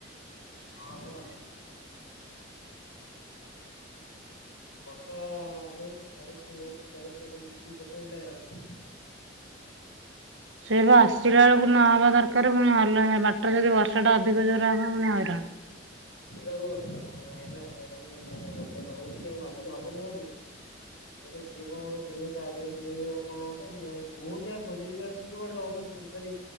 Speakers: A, on the left; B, on the right.
A: ହଁ ବା। ବର୍ଷା ହଉଚି ଛାଡୁଚି ହଉଚି ଛାଡୁଚି ଏବେ ଏଇ ଟୋପେ ହେଲେ ଆଉ ନାହିଁ।
B: ସେଇବା ଆସିଲା ବେଳକୁ ନହବା ଦରକାର ପୁଣି ହଲହେ ବାଟରେ ଯଦି ବର୍ଷା ଟା ଅଧିକ ଜୋରରେ ହବ ପୁଣି ହଇରାଣ। ହଁ।
A: <unintelligible> ନାଇଁପା ହେଲାନେଇ ବର୍ଷାଟା ହଉଚି ଆଉ ଭାବିଲି ହବନି ବୋଲି ମୁଁ କହିଲି ସିଏ କଁ ଗୋଟେ କିଣିବ ଚା ଆଗରେ କିଣିବ କଣ ଗୋଟେ ମୁଁ ଯାଇଁ ମୁଁ ଯାହା ଖୋଜିଲି <unintelligible> ଅନଉ ସିଏ ହରି